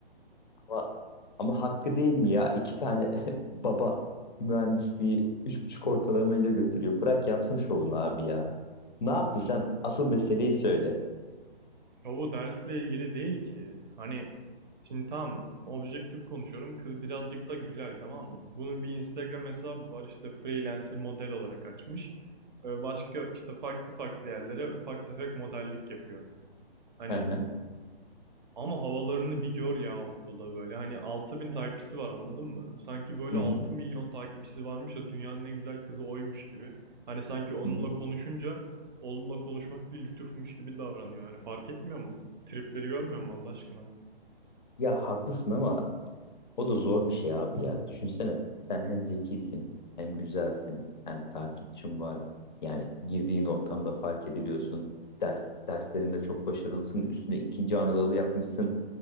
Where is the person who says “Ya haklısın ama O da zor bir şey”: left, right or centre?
Left